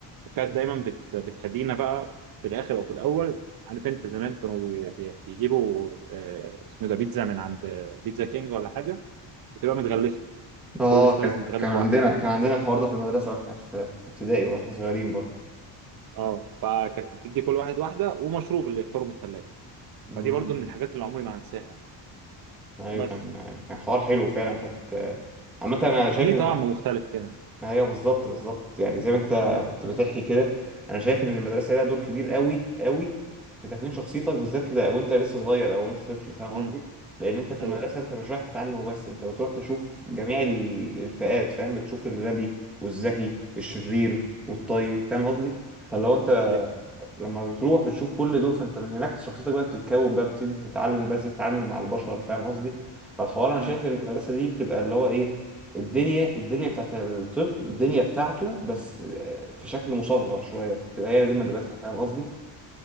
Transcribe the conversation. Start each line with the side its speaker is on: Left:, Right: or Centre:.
Right: وكانت دايما بت... بتهدينا بقى في الاخر او في الاول عارف انت زمان كانوا بي... بي- بيجيبوا آه، اسمه ده بيتزا من عند بيتزا كينج ولا حاجه بتبقى متغلفه
Centre: اه
Right: كل سلايز
Centre: كان
Right: متغلف
Centre: كان عندنا
Right: لوحده
Centre: كان عندنا الحوار ده في المدرسه واحنا في في ابتدائي واحنا صغيرين برضو
Right: اه فكانت بتدي كل واحد واحده ومشروب اللي يختاروا من الثلاجه
Centre: مم.
Right: فدي برضو من الحاجات اللي عمري ما هنساها
Centre: ايوه
Right: بس
Centre: كان كان حوار حلو فعلا كانت عامة أنا شايف
Right: كان ليه طعم مختلف كده
Centre: ايوه بالظبط بالظبط يعني زي ما انت
Right: امم
Centre: كنت بتحكي كده انا شايف ان المدرسه ليها دور كبير قوي قوي في تكوين شخصيتك بالذات ل- وانت لسه صغير او انت طفل فاهم قصدي
Right: امم
Centre: لان انت في المدرسه
Right: ايوه
Centre: انت مش رايح تتعلم وبس انت بتروح تشوف جميع ال- الفئات فاهم بتشوف الغبي والذكي الشرير والطيب فاهم قصدي فلو انت
Right: ايوه
Centre: لما بتروح بتشوف كل دول فانت من هناك شخصيتك بقى بتتكون بقى بتبتدي تتعلم بقى ازاي تتعامل مع البشر فاهم قصدي فالحوار انا شايف
Right: امم
Centre: ان المدرسه دي بتبقى اللي هو ايه الدنيا الدنيا بتاعت الطفل الدنيا بتاعته بس آه، في شكل مصغر شويه فبتبقى هي دي المدرسه
Right: امم
Centre: فاهم قصدي